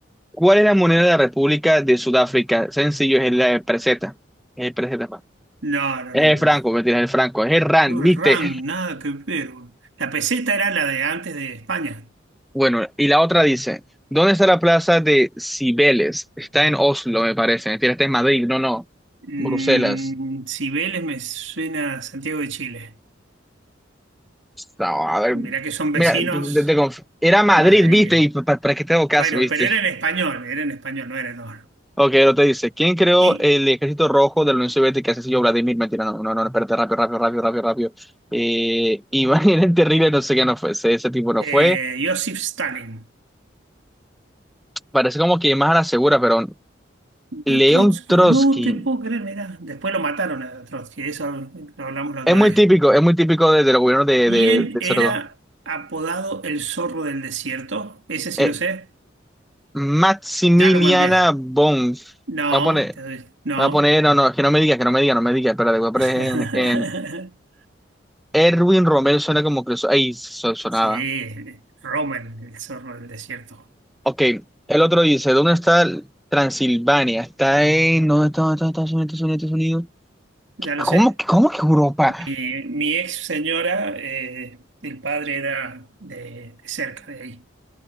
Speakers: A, in the centre; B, on the right.
A: ¿cuál es la moneda de la República de Sudáfrica? Sencillo, es la peseta. Es peseta.
B: No, no,
A: Es
B: no.
A: el Franco, mentira, es el Franco, es el Rand,
B: No
A: viste.
B: el RAM, nada que ver. La peseta era la de antes de España.
A: Bueno, y la otra dice, ¿dónde está la plaza de Cibeles? Está en Oslo, me parece, mentira, está en Madrid, no, no,
B: Mm,
A: Bruselas.
B: Cibeles me suena a Santiago de Chile.
A: No, a ver,
B: Mirá que son
A: mira,
B: vecinos,
A: te- te- te conf- era Madrid,
B: Madrid.
A: viste, y pa- pa- para que te hago caso,
B: Bueno,
A: viste.
B: pero era en español, era en español, no era en oro.
A: Ok, lo te dice, ¿quién creó
B: Y
A: el ejército rojo de la Unión Soviética? Ese sí, yo, Vladimir, mentira, no, no, no, espérate, rápido, rápido, rápido, rápido, rápido. Eh, Iván <laughs> era el terrible, no sé qué no fue, ese, ese tipo no
B: eh,
A: fue.
B: Joseph Stalin.
A: Parece como que más a la segura, pero... León
B: Yo a Trotsky,
A: Trotsky,
B: no te puedo creer, mirá. Después lo mataron a Trotsky, eso lo hablamos la
A: Es
B: otra
A: muy
B: vez.
A: típico, es muy típico de, de los gobiernos de,
B: Y
A: de,
B: él
A: de
B: era
A: Sarko.
B: apodado el zorro del desierto, ese sí
A: Eh,
B: lo sé,
A: Maximiliana
B: ya lo marqué.
A: Bonf.
B: No,
A: Voy a poner,
B: te doy- no.
A: voy a poner, no, no, que no me digas, que no me digas, no me digas, espérate, voy a poner
B: <laughs>
A: en, en Erwin Romero, suena como que eso, ahí so- sonaba.
B: Sí, Roma, el, el zorro del desierto,
A: Ok, el otro dice, ¿dónde está Transilvania? Está en, ¿dónde está, dónde está- Estados Unidos, Estados Unidos, Estados Unidos?
B: ya lo
A: ¿Cómo,
B: sé.
A: que- cómo que Europa?
B: Mi, mi ex señora, eh, el padre era de, de cerca de ahí.